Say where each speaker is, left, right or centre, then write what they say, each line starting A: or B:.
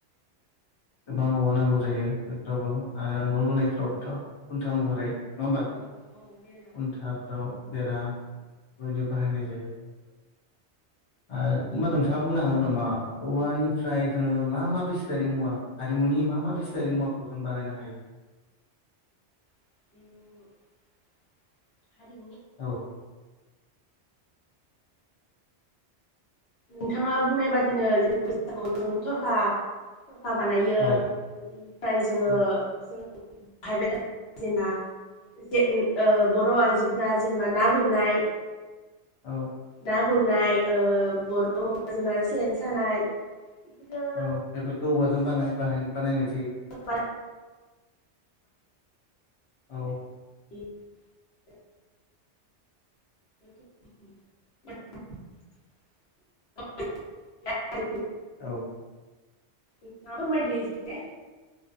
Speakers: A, on the left; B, on the left.
A: गोबां औवा नांगौ, जायो बेफोरावबो आरो न' लुनायफ्रावबोथ' खुन्था महरै नङा होमबा खुन्थाफ्राव
B: औ औ मेरला
A: बेरा, ओदो बाहायनाय जायो आरो नोंथाङा बुंनो हागोन नामा औवानिफ्राय जोङो मा मा बेस दारि मुवा हारिमुनि मा मा बेस मुवाखौ जों बानायनो हायो।
B: <unintelligible> हारिमु
A: औ
B: नोंथाङा बुंनाय बादिनो जेनेबा बैसागुआव जों थ'रखा बानायो
A: औ
B: ओमफ्राय जोङो
A: औ
B: जों बाहायबाय थानाय जेनेबा बर' आइजोफोरा जेनेबा ना गुरनाय,
A: औ
B: ना गुरनाय ओ बर' हौवा जेनबा सेन सानाय, बेफोरो
A: औ बेफोरखौ औवाजों बानाय बानायनाय जायो।
B: बारा
A: औ।
B: <inaudible> <inaudible> <unintelligible>
A: औ।
B: नोंथाङा फोरमायदो एसे